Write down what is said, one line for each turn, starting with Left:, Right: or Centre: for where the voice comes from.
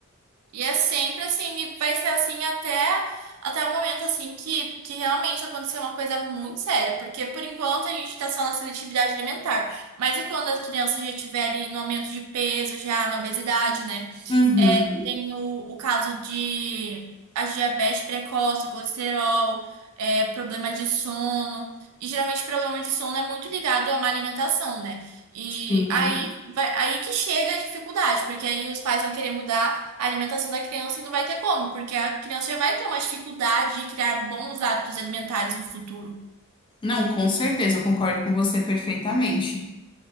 Right: E é sempre assim, e vai ser assim até, até o momento assim que, que realmente acontecer uma coisa muito séria, porque por enquanto a gente tá só na seletividade alimentar. Mas e quando a criança já estiver ali no aumento de peso, já na obesidade, né?
Left: Uhum,
Right: É, tem o, o caso de a diabetes precoce, colesterol, é, problema de sono. E geralmente problema de sono é muito ligado a uma alimentação, né? E
Left: sim.
Right: aí, vai, aí que chega a dificuldade, porque aí os pais vão querer mudar a alimentação da criança e não vai ter como, porque a criança já vai ter uma dificuldade de criar bons hábitos alimentares no futuro.
Left: Não, com certeza, eu concordo com você perfeitamente.